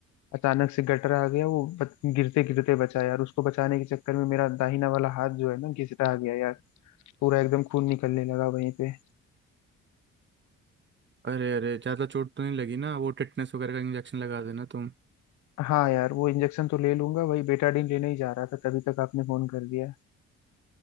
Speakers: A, on the left (about 70°); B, on the right (about 40°).
A: अचानक से गटर आ गया वो बच, गिरते गिरते बचा यार उसको बचाने के चक्कर में मेरा दाहिना वाला हाथ जो है ना घिसटा गया यार पूरा एकदम खून निकलने लगा वहीं पे
B: अरे अरे ज़्यादा चोट तो नहीं लगी ना वो टिटनेस वगैरह का इंजेक्शन लगा देना तुम
A: हाँ यार वो इंजेक्शन तो ले लूंगा वही बेटाडीन लेने ही जा रहा था तभी तक आपने फोन कर दिया